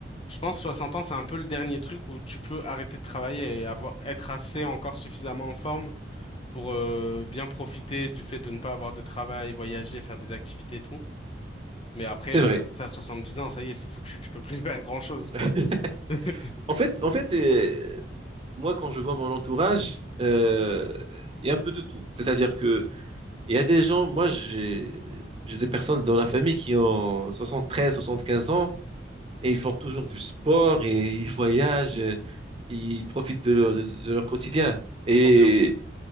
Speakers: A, on the left; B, on the right.
A: je pense 60 ans, c'est un peu le dernier truc où tu peux arrêter de travailler et avoir, être assez encore suffisamment en forme pour euh, bien profiter du fait de ne pas avoir de travail, voyager, faire des activités et tout. Mais après,
B: c'est
A: euh,
B: vrai.
A: ça, dix ans, ça y est, c'est foutu, tu peux plus <laughs> faire grand-chose, quoi.
B: <laughs>
A: <laughs>
B: En fait, en fait, euh, moi, quand je vois mon entourage, euh, il y a un peu de tout. C'est-à-dire que il y a des gens, moi, j'ai j'ai des personnes dans la famille qui ont soixante-treize, soixante-quinze ans. et ils font toujours du sport et ils <laughs> voyagent, euh, ils profitent de leur, de leur quotidien. Et,
A: Trop bien.